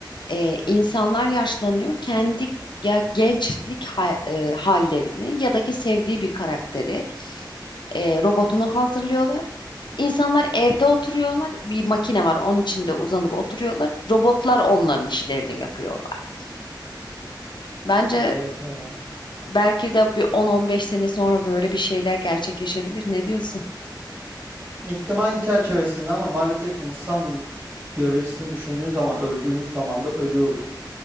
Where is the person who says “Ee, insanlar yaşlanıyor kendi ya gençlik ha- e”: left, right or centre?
Left